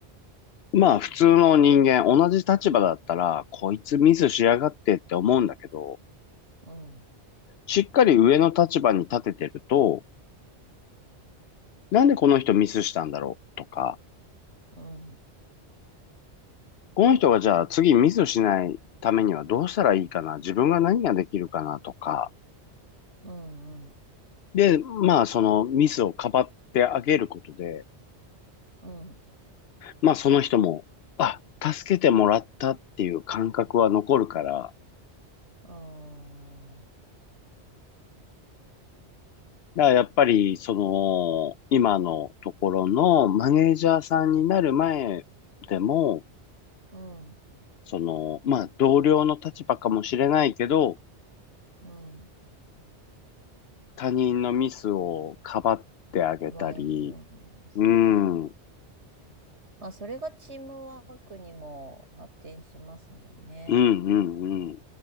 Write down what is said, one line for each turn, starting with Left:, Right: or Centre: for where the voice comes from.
Left: まあ、普通の人間、同じ立場だったら、こいつミスしやがってって思うんだけど、
Right: うん。
Left: しっかり上の立場に立ててると、なんでこの人ミスしたんだろうとか、
Right: うん。うん。
Left: この人がじゃあ次ミスしないためにはどうしたらいいかな、自分が何ができるかなとか、
Right: うん。
Left: で、まあ、そのミスをかばってあげることで、
Right: うん。
Left: まあその人も、あ、助けてもらったっていう感覚は残るから、
Right: うん、う
Left: だからやっぱりその、今のところのマネージャーさんになる前でも、
Right: ん、
Left: その、まあ同僚の立場かもしれないけど、
Right: うん。
Left: 他人のミスをかばってあげたり、
Right: 奪えるようなですね。
Left: うん、うん、
Right: まあ、それがチームワークにも発展しますもんね。
Left: うん、うん。